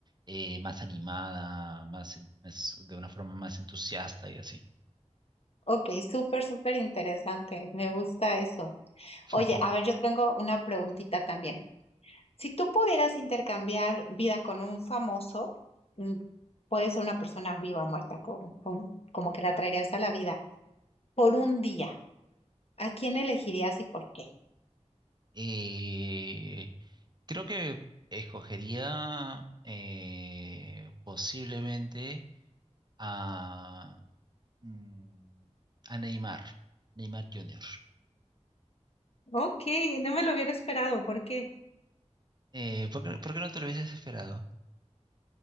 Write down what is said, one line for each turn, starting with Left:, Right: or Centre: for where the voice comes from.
Right: eh, más animada, más, en- más- de una forma más entusiasta y así.
Left: Ok, súper, súper interesante. Me gusta eso.
Right: <laughs>
Left: Oye, a ver, yo tengo una preguntita también. Si tú pudieras intercambiar vida con un famoso, mm, puede ser una persona viva o muerta, con- con- como que la traerías a la vida por un día, ¿a quién elegirías y por qué?
Right: Eh, creo que escogería eh, posiblemente a, mm, a Neymar, Neymar Jr.
Left: Ok, no me lo hubiera esperado, ¿por qué?
Right: Eh, ¿por qué, por qué no te lo hubieses esperado?